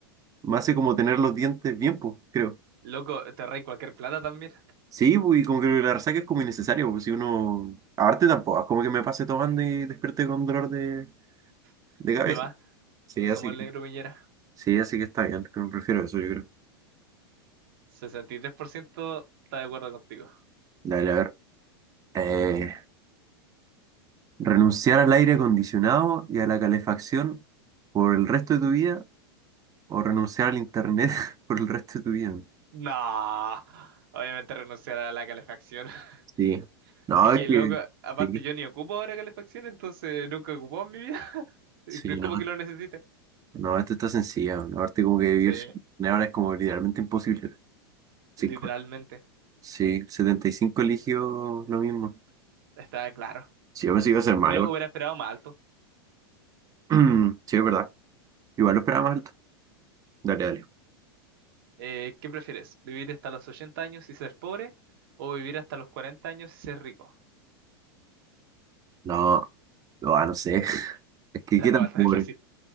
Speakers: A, on the right; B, on the right.
A: me hace como tener los dientes bien, pues, creo.
B: loco, te reí cualquier plata también.
A: Sí, pues, y como que la resaca es como innecesaria, porque si uno. Aparte tampoco, es como que me pase tomando y despierte con dolor de,
B: <laughs>
A: de cabeza.
B: Además,
A: Sí,
B: no somos
A: así
B: el
A: que,
B: negro Piñera.
A: sí, así que está bien, pero prefiero eso, yo creo.
B: sesenta y tres por ciento está de acuerdo contigo.
A: Dale, a ver. Eh, ¿renunciar al aire acondicionado y a la calefacción por el resto de tu vida o renunciar al internet <laughs> por el resto de tu vida?
B: No, obviamente renunciar a la calefacción. <laughs>
A: Sí. No,
B: Es
A: es
B: que,
A: que.
B: loco, aparte
A: Sí,
B: yo ni ocupo ahora calefacción, entonces nunca ocupó en mi vida. <laughs>
A: sí,
B: No es
A: no.
B: como que lo necesite.
A: No, esto está sencilla. Aparte, como que vivir
B: Sí,
A: sin internet ahora es como literalmente imposible. sí
B: literalmente,
A: Sí, 75 eligió lo mismo.
B: está claro.
A: Sí, yo pensé que iba a ser
B: Yo
A: más
B: lo
A: igual.
B: hubiera esperado más alto.
A: <clears throat> Sí, es verdad. Igual lo esperaba más alto. Dale, dale.
B: Eh, ¿qué prefieres? ¿Vivir hasta los 80 años y ser pobre? ¿O vivir hasta los 40 años y ser rico?
A: No, no, ah, no sé. <laughs> Es que
B: <laughs> Está,
A: qué tan
B: está
A: pobre.
B: difícil.